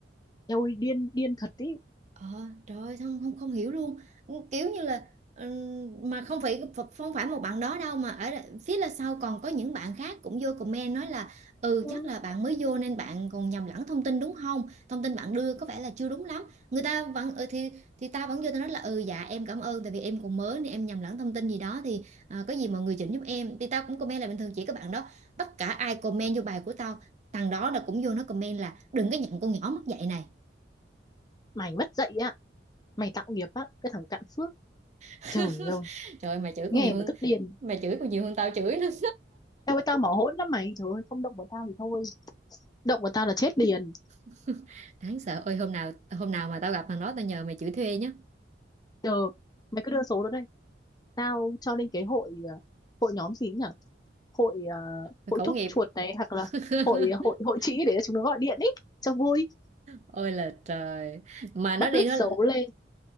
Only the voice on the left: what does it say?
eo ơi điên điên thật ý
ừ.
mày mất dạy ạ mày tạo nghiệp á cái thằng cạn phước
trời ơi
nghe
mà tức điên
Tao ơi tao mỏ hỗn lắm mày Trời ơi không động vào tao thì thôi động vào tao là chết liền
ờ mày cứ đưa số đó đây tao cho lên cái hội ờ, hội nhóm gì nhỉ hội ờ,
hội
thuốc
chuột này hoặc là
hội hội hội trĩ để chúng nó gọi điện ý cho vui
public
xấu lên